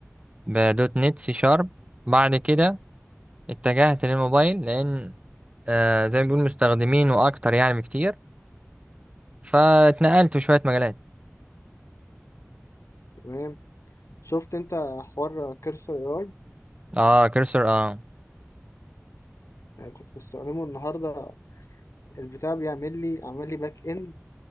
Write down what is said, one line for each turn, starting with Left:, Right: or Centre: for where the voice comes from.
Right: بدوت نت سي شارب بعد كده اتجهت للموبايل لان آه، زي ما بيقول مستخدمينه اكتر يعني بكتير فاتنقلت في شويه مجالات
Left: تمام شفت انت حوار كرسر اي
Right: اه كرسر اه
Left: اي آه، كنت بستخدمه النهاردة البتاع بيعمل لي عمل لي باك اند